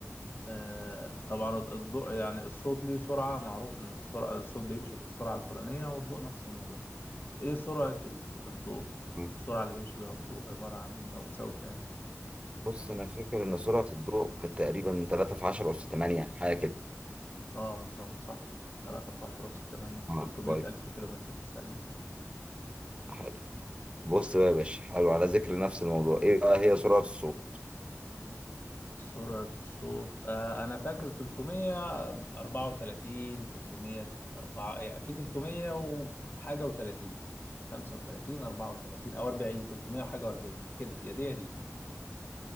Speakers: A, on the left; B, on the right.
A: آه، طبعا الضوء يعني الصوت ليه سرعة معروف إن السرعة الصوت بيمشي بالسرعة الفلانية والضوء نفس الموضوع إيه سرعة ال- الضوء
B: مم.
A: السرعة اللي بيمشي بيها الضوء عبارة عن إيه أو بتساوي كام
B: بص انا فاكر ان سرعه الضوء كانت تقريبا 3 في 10 اس 8 حاجه كده
A: آه بالظبط صح تلاتة في عشرة وستة تمانية
B: اه
A: تلتمية
B: كويس
A: ألف كيلومتر في الثانية
B: حلو بص بقى يا باشا حلو على ذكر نفس الموضوع ايه بقى هي سرعه الصوت
A: سرعة الصوت آه أنا فاكر تلتمية أربعة وتلاتين تلتمية أربعة يعني في تلتمية وحاجة وتلاتين خمسة وتلاتين أربعة وتلاتين أو أربعين تلتمية وحاجة وأربعين كده يا دي يا دي